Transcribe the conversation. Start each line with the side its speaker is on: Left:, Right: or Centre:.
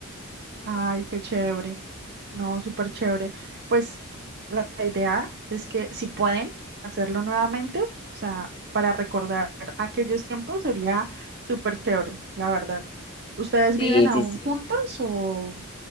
Right: Ay, qué chévere. No, súper chévere. Pues la la idea es que si pueden hacerlo nuevamente, o sea, para recordar aquellos tiempos sería súper chévere, la verdad. ¿Ustedes
Left: Sí,
Right: viven aún
Left: sí, sí.
Right: juntas o,